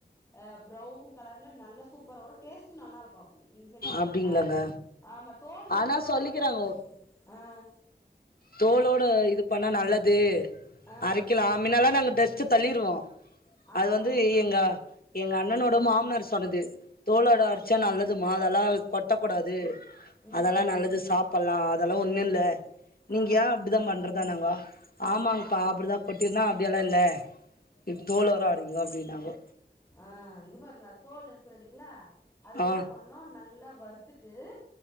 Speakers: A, on the left; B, on the left.
A: அஹ் பரவூன் கலர்ல நல்லா சூப்பர் வரு டேஸ்ட்டு நல்லாருக்கு அப்டி நீங் செஞ்சு பாருங்ளே
B: அப்டிங்களாங்க
A: ஆமா தோல் நீக்கிட்டா
B: ஆனா
A: ஒரு
B: சொல்லிக்கிறாங்க
A: மாரி ஆஹ்
B: தோலோட இது பண்ணா நல்லது
A: ஆ
B: அரக்கிலா மின்னலா நாங்க டெஸ் டு தள்ளிருவோ
A: ஆமா
B: அது வந்து எங்க எங்க அண்ணனோட
A: ஆ
B: மாம்னார் சொன்னது தோளோட
A: ஆ
B: அர்ச்சா நல்லதுமா அதலா கொட்டக்கூடாது
A: ம்
B: அதல்லா நல்லது சாப்பல்லா அதலா ஒண்ணுல்ல நீங்
A: ஆ
B: ஏ அப்டிதா பண்றதா நாங்கோ ஆமாங்பா
A: ஆ ஆம்
B: அப்பிடிதா கொட்டிர்நா அப்டியலால்ல இத் தோல் வொரா ஆடுது அப்டின்னாங்கொ
A: ஆஹ் இங்கு பாருங்கொ தோலிருக்குதில்லிங்ளா அது என்னா
B: ஆ
A: பண்ணு நல்லா வருத்துட் டூ